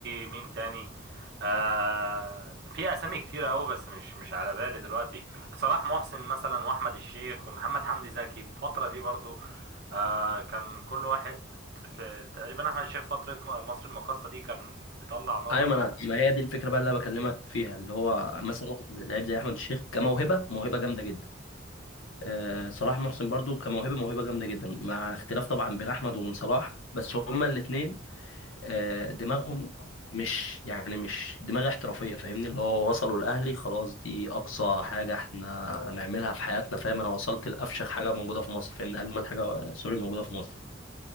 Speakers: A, on the right; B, on the left.
A: مين تاني آه في اسامي كتيرة قوي بس مش مش على بالي دلوقتي صلاح محسن مثلا واحمد الشيخ ومحمد حمدي زكي الفترة دي برضه آه كان كل واحد في تقريبا احمد الشيخ فترة مصر المقاصة دي كان بيطلع نار
B: ايوه
A: من بقه
B: ما انا ما هي دي الفكره بقى اللي انا بكلمك فيها اللي هو مثلا واحد زي- لعيب زي احمد الشيخ كموهبه موهبه جامده جدا آه صلاح محسن برضو كموهبه موهبه جامده جدا مع اختلاف طبعا بين احمد وبين صلاح بس هما الاثنين آه، دماغهم مش يعني مش دماغ احترافية فاهمني اللي هو وصلوا الأهلي خلاص دي أقصى حاجة احنا هنعملها في حياتنا فاهم أنا وصلت لأفشخ حاجة موجودة في مصر فاهمني أجمد حاجة سوري موجودة في مصر